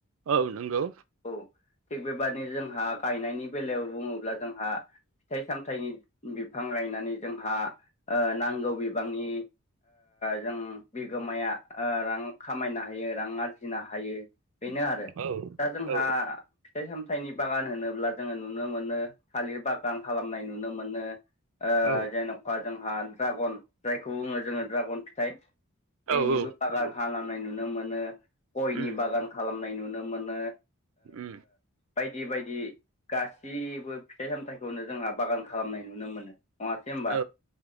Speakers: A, on the right (about 65°); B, on the left (about 30°).
A: औ नंगौ
B: औ थिग बेबादि जोंहा गायनायनि बेलायाव बुङोब्ला जोंहा फिथाइ सामथाइनि बिफां गायनानै जोंहा नांगौ बिबांनि जों बिगोमाया रां खामायनो हायो रां आरजि फुजिनो हायो बेनो आरो
A: औ
B: दा जोंहा
A: औ
B: फिथाइ सामथायाइनि बागान होनोब्ला जोङो नुनो मोनो थालिर बागान गान खालामनाय नुनो मोनो
A: औ
B: जेन' जोंहा ड्रागन जायखौ बुङो जोङो ड्रागन फिथाइ बेनिबो
A: औ
B: बागान
A: नंगौ
B: हानाङौ नाय नुनो मोनो गयनि
A: उम
B: बागान खालामनाय नुनो मोनो
A: उम
B: बायदि बायदि गाससिबो फिथाइ सामथाइखौनो जोंहा बागान खालामनाय नुनो मोनो नङासै होमबा
A: औ